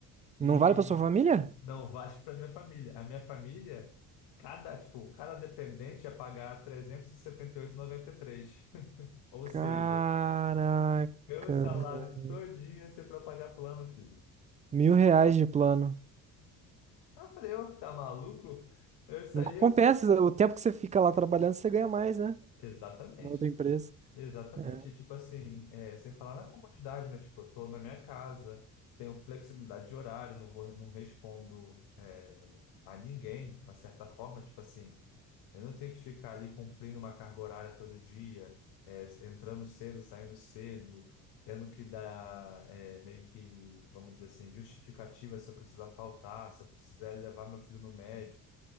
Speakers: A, on the right; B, on the left.
A: Não
B: E
A: vale pra sua família?
B: não vale <laughs> para minha família. A minha família... Cada, tipo, cada dependente ia pagar trezentos e e e setenta oito e noventa e três ou
A: Caraca,
B: seja, meu salário
A: velho.
B: todinho ia ser para pagar plano, filho.
A: mil reais de plano.
B: Aí eu falei, ô, tá maluco? Eu saí,
A: Não compensa.
B: eu...
A: O tempo que você fica lá trabalhando, você ganha mais, né?
B: exatamente,
A: Na outra empresa.
B: exatamente.
A: É.
B: E, tipo assim, é, sem falar na comodidade, né? Tipo, eu tô na minha casa, tenho flexibilidade de horário, não vou, não respondo, é, a ninguém, de uma certa forma, tipo assim. Eu não tenho que ficar ali cumprindo uma carga horária todo dia, eh, entrando cedo, saindo cedo, tendo que dar eh, meio que, vamos dizer assim, justificativa se eu precisar faltar, se eu precisar levar meu filho no médico.